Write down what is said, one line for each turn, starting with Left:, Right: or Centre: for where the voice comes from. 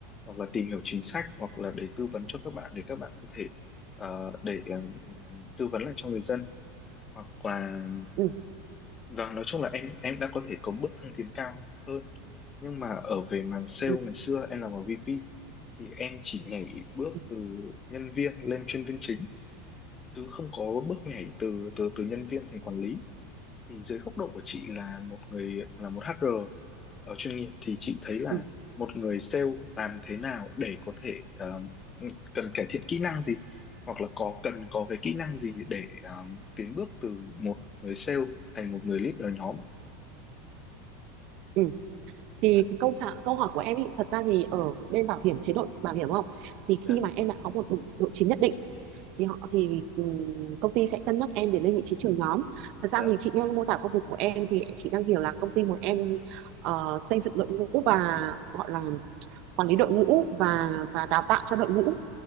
Left: hoặc là tìm hiểu chính sách hoặc là để tư vấn cho các bạn để các bạn có thể ờ, để um, tư vấn lại cho người dân hoặc là
Right: ừ ừ
Left: và nói chung là em em đã có thể có bước thăng tiến cao hơn nhưng mà ở về mảng sale
Right: ừ
Left: ngày xưa em làm ở VP thì em chỉ nhảy bước
Right: ừ
Left: từ nhân viên lên chuyên viên chính chứ không có bước nhảy từ từ từ nhân viên thành quản lý thì dưới góc độ của chị là một người là một HR ở chuyên nghiệp thì chị thấy là
Right: ừ
Left: một người sale làm thế nào để có thể ờ, ừ, cần cải thiện kỹ năng gì hoặc là có cần có cái kỹ năng gì để ờ, tiến bước từ một người sale thành một người leader nhóm
Right: ừ. thì
Left: dạ
Right: cái câu trả, câu hỏi của em ý, thật ra thì ở bên bảo hiểm chế độ bảo hiểm không thì khi
Left: dạ
Right: mà em đã có một độ, độ chín nhất định thì họ thì ừm, công ty sẽ cân nhắc em để lên vị trí trưởng nhóm thật ra
Left: dạ
Right: thì chị nghe mô tả công việc của em thì chị đang hiểu là công ty muốn em ờ, xây dựng đội ngũ và gọi là quản lý đội ngũ và và đào tạo cho đội ngũ